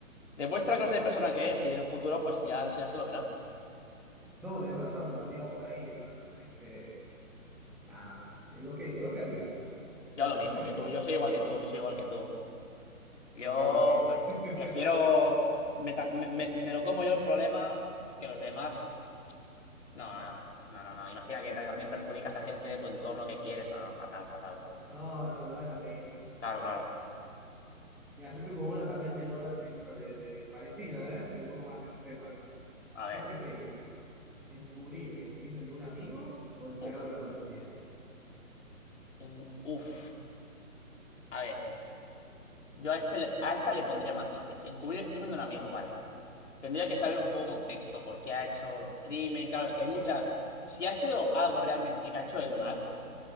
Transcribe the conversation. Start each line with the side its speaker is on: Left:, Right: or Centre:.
Left: demuestra la clase de persona que es. Y en un futuro, pues ya, ya se lo verá.
Centre: No, tenés razón, para mí va por ahí. Para, tenés que. Nada. ¿Y ¿Vos qué, y vos qué harías? Ojo,
Left: Yo lo mismo
Centre: ¿eh?
Left: que tú, yo soy igual que tú, yo soy igual que tú. Yo
Centre: Ok, ok.
Left: pre- prefiero.
Centre: <laughs>
Left: Me, ta- me- me- me lo como yo el problema que los demás. No, no, no, no. no. Imagina que ta- también perjudicas a gente de tu entorno que quieres. No, no, fatal, fatal.
Centre: No, no, no vale la pena.
Left: Claro, claro.
Centre: Mira, yo tengo uno también del orden de eso de, de parecido, ¿eh? Pero un poco más extrema.
Left: A
Centre: ¿Qué
Left: ver.
Centre: preferís? ¿Encubrir el crimen de un amigo o entregarlo
Left: Uf.
Centre: a la policía?
Left: En- uf. A ver. Yo a, este le- a esta le pondría matices. Encubrir el crimen de un amigo, vale. Tendría que saber un poco contexto, por qué ha hecho crimen. Claro, es que
Centre: Que-
Left: hay muchas.
Centre: que-
Left: Si ha sido algo realmente que ha hecho el mal.